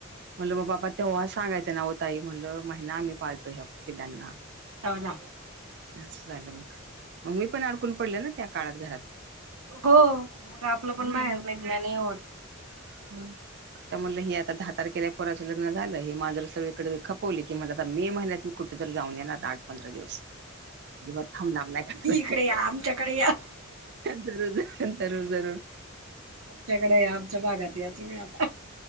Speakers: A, on the right; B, on the right.
A: म्हणलं म बापा तेव्हाच सांगायचं नाव ओ ताई म्हणलं महिना आम्ही पाळतो ह्या पिलांना.
B: हा हा
A: असं झालं मग, मी पण अडकून पडले ना त्या काळात घरात.
B: हो मग आपलं
A: <unintelligible>
B: पण बाहेर निघणं नाही होत
A: हा तर म्हणलं हे आता दहा तारखेला पोराचं लग्न झालं हे मांजरं सगळीकडे खपवली की मला आता मे महिन्यात मी कुठंतर जाऊन येणार आठ पंधरा दिवस. अजिबात हलणार नाही
B: इकडे या आमच्याकडे या
A: जरूर जरूर जरूर
B: आमच्याकडे या आमच्या भागात या तुम्ही आता.